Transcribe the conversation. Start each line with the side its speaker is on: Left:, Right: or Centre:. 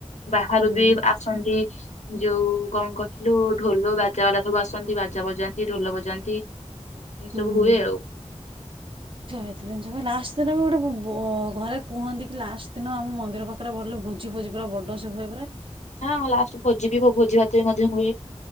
Left: ବାହାରୁ
Right: ହୁଁ
Left: ବି ଆସନ୍ତି ଯୋଉ କଣ କହିଲୁ ଢୋଲ ବାଜା ବାଲା ସବୁ ଆସନ୍ତି ବାଜା ବଜାନ୍ତି ଢୋଲ ବଜାନ୍ତି। ଏ
Right: ହୁଁ
Left: ସବୁ ହୁଏ ଆଉ।
Right: ଏତେ ଦିନ ସ ଲାଷ୍ଟ ଦିନ ବି ଗୋଟେ ଘରେ କୁହନ୍ତି କି ଲାଷ୍ଟ ଦିନ ଆମ ମନ୍ଦିର ପାଖରେ ବିଲେ ଭୋଜି ଫୋଜି ପୁରା ବଡ ସବୁଏ ପୁରା
Left: ହଁ ଲାଷ୍ଟ ଭୋଜି ବି ଭୋଜି ଭାତରେ ମଧ୍ୟ ହୁଏ।